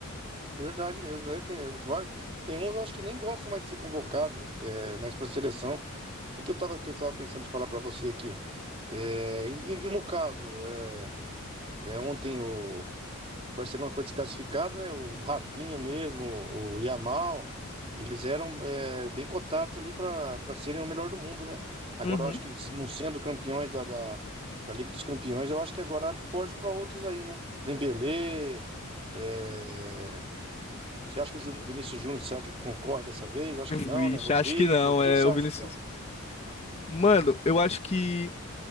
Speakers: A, on the right; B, on the left.
A: Verdade mesmo. É, tem, vários- tem uns, eu acho que nem gostam mais de ser convocado, é, mas para a seleção. O que, que eu tava, que eu tava pensando de falar para você aqui? É, em- em- no caso, é, é, ontem o. O Barcelona foi desclassificado, né? O Rafinha mesmo, o Yamal, eles eram é, bem cotados ali para para serem o melhor do mundo, né? Agora
B: Uhum.
A: eu acho que se não sendo campeões da, da, da Liga dos Campeões, eu acho que agora abre porte para outros aí, né? Dembélé, é, você acha que o Ju- Vinícius Júnior será que ele concorre dessa vez? Eu acho
B: Vixe,
A: que não, né? Rodrigo,
B: acho que não,
A: quem
B: é
A: que você
B: o
A: acha
B: Vinícius.
A: que é o-
B: Mano, eu acho que